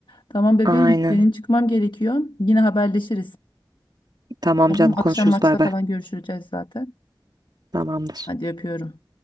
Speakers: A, on the left; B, on the right.
A: Tamam bebeğim
B: Aynen.
A: benim çıkmam gerekiyor. Yine haberleşiriz.
B: Tamam
A: Tamam
B: canım konuşuruz
A: akşam maçta
B: bay
A: falan
B: bay.
A: görüşeceğiz zaten.
B: Tamamdır.
A: Hadi öpüyorum.